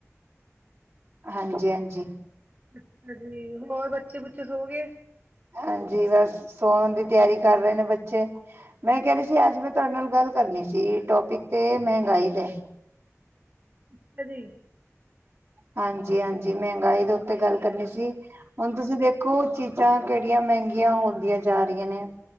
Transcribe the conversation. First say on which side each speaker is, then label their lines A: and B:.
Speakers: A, on the right (about 55°); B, on the right (about 35°).
A: ਹਾਂਜੀ-ਹਾਂਜੀ
B: ਅੱਛਾ ਜੀ ਹੋਰ ਬੱਚੇ-ਬੁੱਚੇ ਸੋ ਗਏ।
A: ਹਾਂਜੀ ਬੱਸ ਸੋਣ ਦੀ ਤਿਆਰੀ ਕਰ ਰਹੇ ਨੇਂ ਬੱਚੇ। ਮੈਂ ਕਹਿ ਰਹੀ ਸੀ ਅੱਜ ਮੈਂ ਤੁਹਾਡੇ ਨਾਲ ਗੱਲ ਕਰਨੀ ਸੀ ਟੋਪਿਕ ਤੇ ਮਹਿੰਗਾਈ ਤੇ
B: ਅੱਛਾ ਜੀ।
A: ਹਾਂਜੀ-ਹਾਂਜੀ ਮਹਿੰਗਾਈ ਦੇ ਉੱਤੇ ਗੱਲ ਕਰਨੀ ਸੀ। ਹੁਣ ਤੁਸੀਂ ਦੇਖੋ ਚੀ ਚੀਜ਼ਾਂ ਕਿਹੜੀਆਂ ਮਹਿੰਗੀਆਂ ਹੁੰਦੀਆਂ ਜਾ ਰਹੀਆਂ ਨੇ